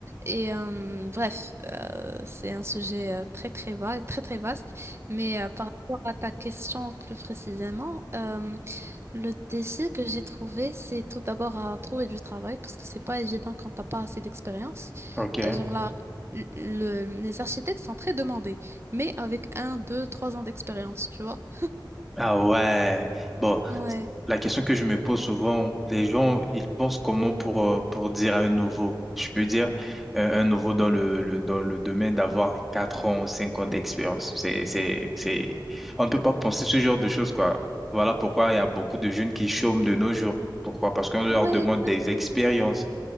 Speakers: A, on the right; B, in the centre.
A: Et euh, bref, euh, c'est un sujet euh, très, très vague, très, très vaste. Mais euh, par rapport à ta question plus précisément, euh, le défi que j'ai trouvé, c'est tout d'abord à trouver du travail parce que c'est pas évident quand t'as pas assez d'expérience.
B: OK.
A: Euh, Genre là, l- le- les architectes sont très demandés, mais avec un, deux, trois ans d'expérience, tu vois.
B: Ah ouais. Bon,
A: Ouais.
B: la question que je me pose souvent, les gens, ils pensent comment pour, euh, pour dire un nouveau? Je peux dire euh, un nouveau dans le, le- dans le domaine d'avoir 4 ans, 5 ans d'expérience. C'est, c'est, c'est... On ne peut pas penser ce genre de choses, quoi. Voilà pourquoi il y a beaucoup de jeunes qui chôment de nos jours. Pourquoi? Parce qu'on leur
A: Ouais,
B: demande
A: exactement.
B: des expériences,